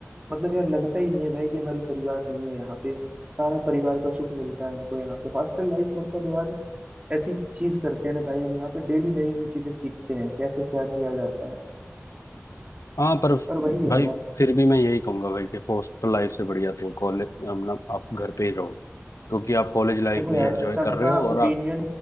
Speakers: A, on the right (about 25°); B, on the left (about 80°).
A: मतलब यार लगता ही नहीं है भाई कि हमारी परिवार नहीं है यहाँ पे सारा परिवार का सुख मिलता है हमको यहाँ पे हॉस्टल लाइफ मतलब यार ऐसी चीज करते हैं ना भाई हम यहाँ पे डेली नई नई चीजें सीखते हैं कैसे क्या किया जाता है
B: हाँ पर
A: पर वही है
B: भाई
A: यार
B: फिर भी मैं यही कहूंगा भाई कि हॉस्टल लाइफ से बढ़िया तो कॉलेज मतलब आप घर पे ही रहोगे क्योंकि आप कॉलेज लाइफ
A: देखो
B: भी
A: यार
B: एंजॉय
A: सबका
B: कर रहे हो और
A: ओपिनियन
B: आप